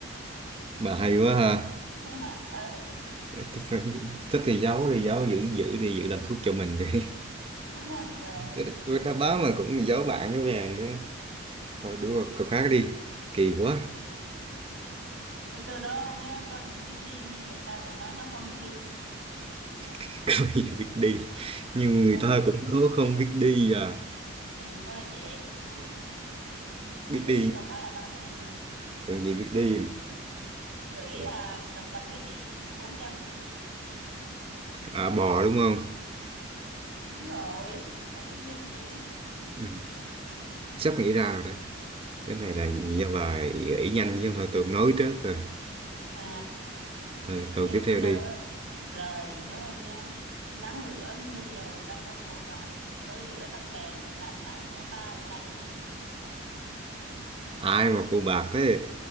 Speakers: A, on the right; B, on the right.
A: bà hay quá
B: được
A: ha
B: không <laughs> ừ.
A: Thích thì thích thì giấu thì giấu giữ giữ đi giữ làm thuốc cho mình đi <laughs>
B: <laughs> rồi
A: cái cái đáp án mà cũng giấu bạn với vàng nữa thôi đúng rồi cậu khác đi kỳ quá
B: Từ từ đúng không nhá, con gì biết đi nhưng người ta vẫn nói nó không biết đi.
A: <laughs> có gì biết đi nhưng người
B: <laughs>
A: ta cũng có không biết đi à
B: Ừ, ừ, con này dễ cực luôn á. Cái
A: biết
B: này gợi
A: đi
B: ý một phát là đoán ra rồi. Ừ.
A: còn gì biết đi
B: Gợi ý
A: Ừ.
B: là động vật biết đi, bốn chân.
A: à bò đúng không
B: Đúng rồi. Đã thấy chưa? Dễ chưa?
A: ừ. sắp nghĩ ra rồi đấy cái
B: Ừ.
A: này là do bà gợi ý nhanh chứ không thôi tôi cũng nói trước rồi
B: À,
A: thôi câu
B: thế
A: tiếp theo
B: tôi đó
A: đi
B: rồi, tôi đó không nha. Nắng lửa mưa dầu ta không bỏ bạn, tối lửa tắt đèn, bạn lại bỏ ta là gì?
A: ai mà phụ bạc thế